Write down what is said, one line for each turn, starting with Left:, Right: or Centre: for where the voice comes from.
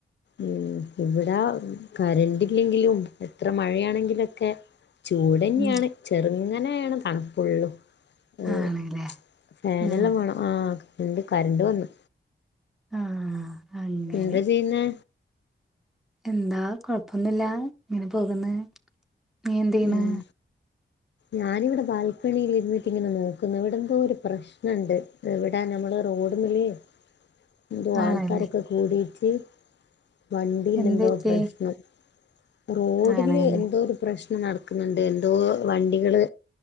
Left: ഉം ഇവിടെ കറന്റ് ഇല്ലെങ്കിലും എത്ര മഴയാണെങ്കിലൊക്കെ ചൂടന്നെയാണ്
Centre: ഉം
Left: ചെറുങ്ങനെയാണ് തണുപ്പൊള്ളു. അഹ്
Centre: ആണല്ലേ
Left: ഫാനെല്ലാം
Centre: ഉം
Left: വേണം ആഹ് കരണ്ട് കരണ്ട് വന്ന്.
Centre: ആഹ്. അങ്ങനെ
Left: എന്താ ചെയ്യുന്നേ?
Centre: എന്താ കൊഴപ്പൊന്നുല്ല ഇങ്ങനെ പോകുന്ന്. നീ എന്തെയ്യ്ണ്?
Left: ഉം ഞാനിവിടെ ബാൽക്കണിയിൽ ഇരുന്നിട്ട് ഇങ്ങനെ നോക്കുന്ന്. ഇവിടെന്തോ ഒരു പ്രശ്നണ്ട്. ഇവിടെ നമ്മള് റോഡ്മല് എന്തോ ആൾക്കാരൊക്കെ
Centre: ആണല്ലേ
Left: കൂടീറ്റ് വണ്ടീന്റെന്തോ
Centre: എന്ത് പറ്റി
Left: പ്രശ്നം റോഡില്
Centre: ആണല്ലേ
Left: എന്തോ ഒരു പ്രശ് നം നടക്ക്ന്ന്ണ്ട്. എന്തോ വണ്ടികള്